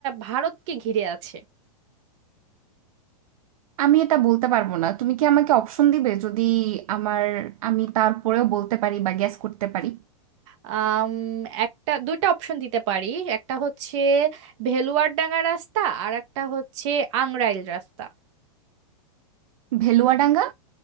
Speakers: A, on the right (about 55°); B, on the right (about 70°).
A: ভারতকে ঘিরে আছে
B: আমি এটা বলতে পারবো না তুমি কি আমাকে অপশন দিবে যদি আমার আমি তারপরেও বলতে পারি বা গ্যাস করতে পারি
A: আম, একটা দুইটা অপশন দিতে পারি একটা হচ্ছে ভেলুয়ারডাঙ্গা রাস্তা আর একটা হচ্ছে আংরাইল রাস্তা
B: ভেলুয়াডাঙ্গা